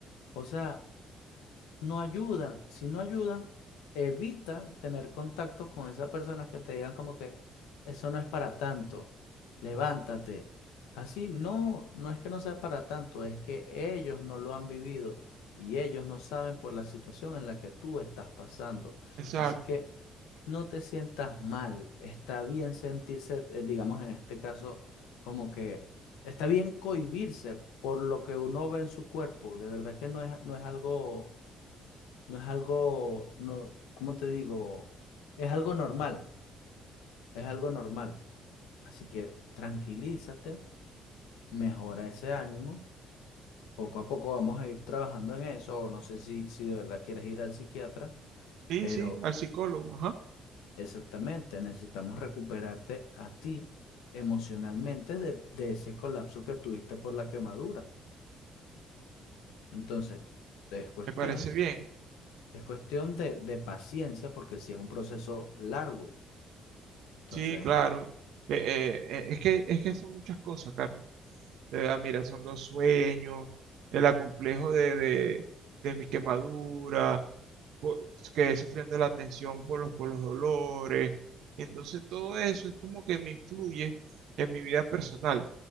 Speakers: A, on the left (about 85°); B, on the right (about 70°).
A: O sea, no ayuda. Si no ayuda, evita tener contacto con esas personas que te digan como que eso no es para tanto, levántate. Así, no, no es que no sea para tanto, es que ellos no lo han vivido y ellos no saben por la situación en la que tú estás pasando.
B: exacto.
A: Así que no te sientas mal, está bien sentirse, eh, digamos en este caso, como que está bien cohibirse por lo que uno ve en su cuerpo, de verdad que no es, no es algo no es algo, no, ¿cómo te digo? Es algo normal, es algo normal. Así que tranquilízate, mejora ese ánimo. Poco a poco vamos a ir trabajando en eso, o no sé si, si de verdad quieres ir al psiquiatra,
B: Sí,
A: pero
B: sí, al psicólogo, ajá,
A: exactamente, necesitamos recuperarte a ti emocionalmente de, de ese colapso que tuviste por la quemadura. Entonces, es cuestión,
B: me parece bien.
A: es cuestión de, de paciencia, porque si es un proceso largo, entonces...
B: Sí, claro. Eh, eh, eh, es que, es que son muchas cosas, Carlos. De verdad, mira, son los sueños, el acomplejo de, de, de mi quemadura, po- quedé sufriendo la tensión por los, por los dolores. Entonces todo eso es como que me influye en mi vida personal.